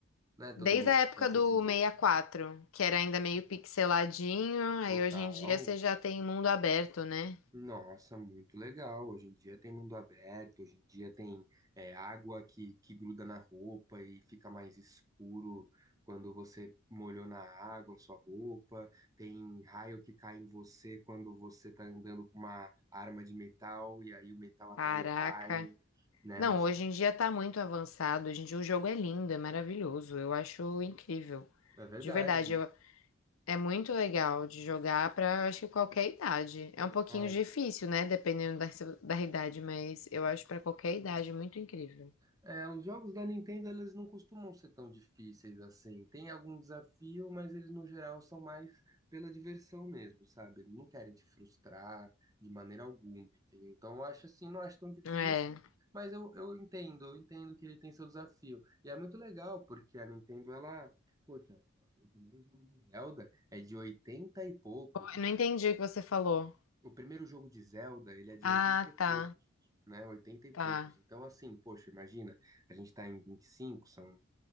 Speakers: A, on the right; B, on the left.
A: não é todo
B: Desde
A: mundo
B: a
A: que
B: época
A: tem essa
B: do
A: desenvoltura
B: 64, que era ainda meio pixeladinho, aí
A: total.
B: hoje em dia você já tem mundo aberto, né?
A: Nossa, muito legal. Hoje em dia tem mundo aberto, hoje em dia tem é, água que, que gruda na roupa e fica mais escuro quando você molhou na água a sua roupa, tem raio que cai em você quando você tá andando com uma arma de metal e aí o metal atrai
B: Caraca.
A: o raio, né?
B: Não,
A: São-
B: hoje em dia tá muito avançado. Hoje em dia o jogo é lindo, é maravilhoso. Eu acho incrível.
A: É verdade.
B: De verdade, eu É muito legal de jogar para, acho que qualquer idade. É um pouquinho
A: É.
B: difícil, né? Dependendo da, da idade, mas eu acho para qualquer idade muito incrível.
A: É, os jogos da Nintendo, eles não costumam ser tão difíceis assim. Tem algum desafio, mas eles no geral são mais pela diversão mesmo, sabe? Eles não querem te frustrar de maneira alguma, entendeu? Então eu acho assim, não acho tão difícil,
B: É.
A: mas eu, eu entendo, eu entendo que ele tem seu desafio. E é muito legal, porque a Nintendo, ela, poxa, o primeiro jogo de Zelda é de 80 e poucos, né?
B: Eu não entendi o que você falou.
A: O primeiro jogo de Zelda, ele é de
B: Ah,
A: 80 e
B: tá,
A: poucos, né? 80 e
B: tá.
A: poucos. Então, assim, poxa, imagina, a gente tá em 25, são